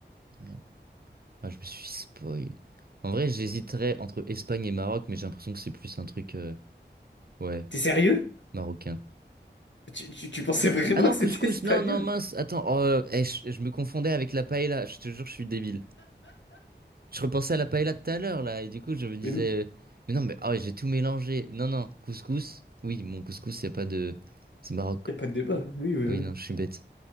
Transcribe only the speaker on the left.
T'es sérieux?
Tu, tu- tu pensais vraiment
que c'était
espagnol?
Mais il
a pas de débat. hein. Oui, oui,
voilà.